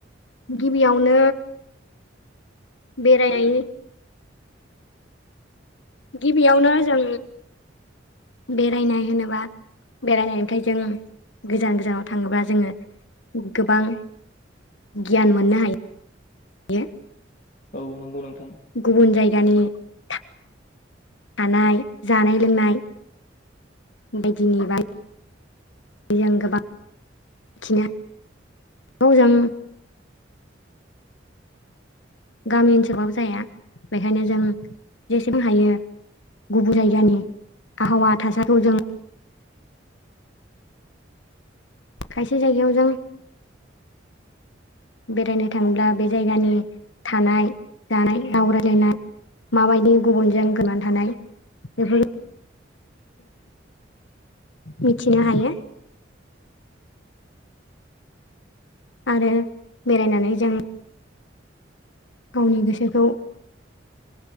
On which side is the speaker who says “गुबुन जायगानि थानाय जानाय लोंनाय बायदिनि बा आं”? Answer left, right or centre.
Left